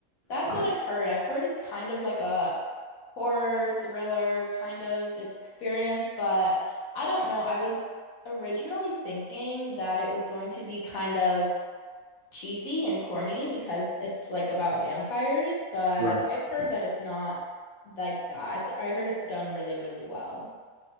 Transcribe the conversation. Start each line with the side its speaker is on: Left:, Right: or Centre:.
Left: That's
Right: I
Left: what
Right: don't
Left: I've
Right: know.
Left: heard. I've heard it's kind of like a horror thriller kind of experience, but I don't know. I was originally thinking that it was going to be kind of cheesy and corny because it's like about vampires, but
Right: Right.
Left: I've heard
Right: Okay.
Left: that it's not like that. I th I heard it's done really, really well.